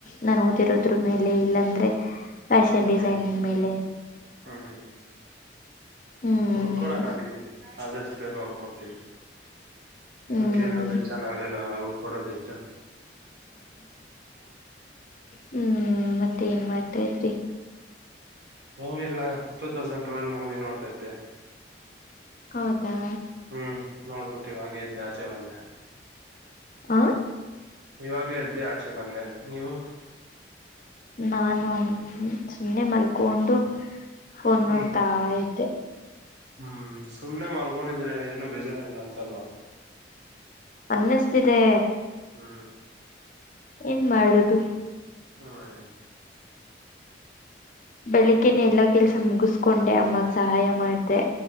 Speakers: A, on the left (about 45°); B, on the right (about 70°).
A: ನಾನು ಓದಿರೋದ್ರ ಮೇಲೆ ಇಲ್ಲಾಂದ್ರೆ ಫ್ಯಾಷನ್
B: ಹ್ಮ್
A: ಡಿಸೈನಿಂಗ್
B: ಹ್ಮ್
A: ಮೇಲೆ
B: ಹ್ಮ್ ಹ್ಮ್
A: ಹ್ಮ್
B: ಹುಡ್ಕೊಡೋಣ ಬಿಡಿ ಆದಷ್ಟು ಬೇಗ ಹುಡ್ಕೊಡ್ತೀವಿ
A: ಹ್ಮ್
B: ನ ಕೇಳದ ಹೆ ಚ ನಾವ್ಲ್ಲ ಹಡ್ಕೊಡೋದು ಹೆಚ್ಚ
A: ಹ್ಮ್ ಮತ್ತೆ ಏನ್ ಮಾಡ್ತಾ ಇದ್ರಿ
B: ನಿಲ್ಲ ಟೂ ತೌಸಂಡ್ ಟ್ವೆಲ್ವ ಮೂವಿ ನೋಡ್ತಾ ಇದ್ದೆ
A: ಹೌದಾ
B: ಹ್ಮ್ ನೋಡ್ಬಿಟ್ಟು ಇವಾಗೆ ಇದ್ದ ಆಚೆ ಬಂದೆ
A: ಆ
B: ಇವಾಗ್ಲ ಇದದ್ದೆ ಆಚೆ ಬಂದೆ ನೀವು
A: ನಾನು ಒಂದ ಸುಮ್ಮನೆ ಮಲ್ಕೊಂಡು ಫೋನ್
B: ಹ್ಮ್
A: ನೋಡ್ತಾ ಇದ್ದೆ
B: ಹ್ಮ್ ಸುಮ್ನೆ ಮಲ್ಕೊಂಡಿದ್ರೆ ಏನು ಬೇಜಾರ ಇಲ್ಲ ಅಸಲ್ವ
A: ಅನ್ನಿಸ್ತಿದೆ
B: ಹ್ಮ್
A: ಏನ್ ಮಾಡದು
B: ಹ್ಮ್
A: ಬೆಳಿಗ್ನ ಎಲ್ಲಾ ಕೆಲ್ಸ ಮುಗಿಸಕೊಂಡೆ ಅಮ್ಮಗ್ ಸಹಾಯ ಮಾಡ್ದ